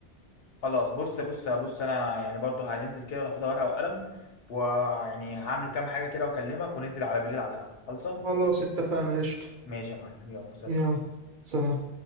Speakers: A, on the left; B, on the right.
A: خلاص بص بص بص انا يعني برضو هننزل كده وناخدها ورقه وقلم ويعني هعمل كام حاجه كده واكلمك وننزل على بالليل على القهوه خلصه
B: خلاص اتفقنا قشطه
A: ماشي يا معلم يلا سلام
B: يلا سلام